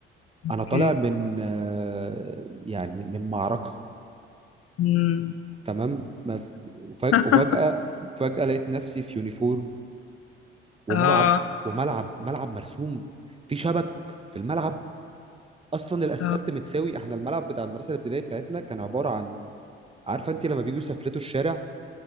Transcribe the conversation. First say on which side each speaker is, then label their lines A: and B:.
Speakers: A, on the left; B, on the right.
A: اوكي
B: انا طالع من آه، يعني من معركه
A: مم.
B: تمام ما ف... وفجأة
A: <laughs>
B: وفجأة فجأة لقيت نفسي في يونيفورم وملعب
A: اه
B: وملعب ملعب مرسوم في شبك في الملعب اصلا الاسفلت
A: آه.
B: متساوي احنا الملعب بتاع المدرسه الابتدائيه بتاعتنا كان عباره عن عارفه انت لما بيجوا يسفلتوا الشارع